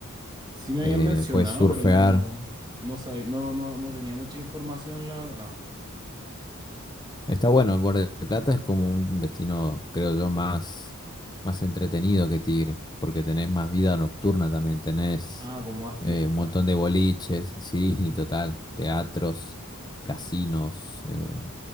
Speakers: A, on the right; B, on the left.
A: Sí me
B: eh,
A: habían mencionado,
B: puedes surfear.
A: pero no, no sabía, no, no, no tenía mucha información, la verdad.
B: Está bueno, el Borde de Plata es como un destino, creo yo, más, más entretenido que Tigre, porque tenés más vida nocturna también, tenés
A: Ah, como más fiesta.
B: eh, un montón de boliches, <laughs> sí,
A: Ujú.
B: y total, teatros, casinos, eh,